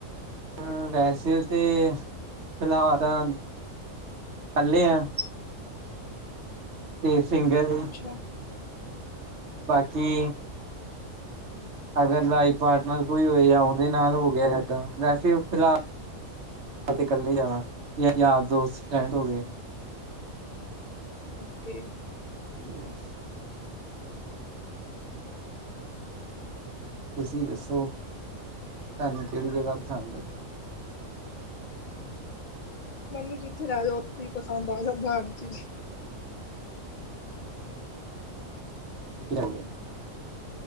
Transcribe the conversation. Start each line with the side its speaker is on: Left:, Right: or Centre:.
Right: ਅਮ, ਵੈਸੇ ਤੇ ਫਿਲਹਾਲ ਤਾਂ ਕੱਲੇ ਆ। ਤੇ ਸਿੰਗਲ ਹੀ,
Left: ਛਾ
Right: ਬਾਕੀ ਅਗਰ ਲਾਈਫ ਪਾਰਟਨਰ ਕੋਈ ਹੋਏ ਜਾਂ ਉਹਦੇ ਨਾਲ ਹੋ ਗਿਆ ਇਦਾਂ, ਵੈਸੇ ਫਿਲਹਾਲ ਮੈ ਤੇ ਕੱਲੀ ਜਾਣਾ ਜਾ ਯਾਰ ਦੋਸਤ ਫਰੈਂਡ ਹੋਵੇ।
Left: ਓਕੇ।
Right: <unintelligible> ਤੁਸੀਂ ਦੱਸੋ, ਤਾਨੂੰ ਕਿਹੜੀ ਜਗਾ ਪਸੰਦ ਐ।
Left: ਮੈਨੂੰ ਜਿੱਥੇ ਲੈਹਿ ਜੋ ਉੱਥੇ ਈ ਪਸੰਦ ਆ ਜਾਂਦਾ ਹਰ ਚੀਜ਼।
Right: ਕਿੱਥੇ ਰਹਿੰਦੇ ਓ?